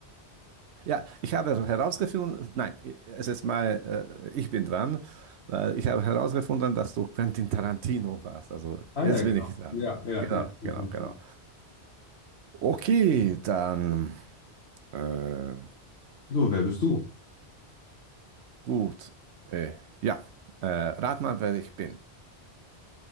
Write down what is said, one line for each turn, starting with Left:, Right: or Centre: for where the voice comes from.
Right: Ja, ich habe herausgefunden, nein, es ist mal, äh, ich bin dran, weil ich habe herausgefunden, dass du Quentin Tarantino warst. Also
Left: Ah
Right: jetzt
Left: ja, Mhm.
Right: bin
Left: genau.
Right: ich dran.
Left: Ja, ja,
Right: Genau,
Left: ja. ja,
Right: genau, genau.
Left: ja.
Right: Okay, dann, äh,
Left: So, wer bist du?
Right: gut. Äh, ja, äh, rat mal, wer ich bin.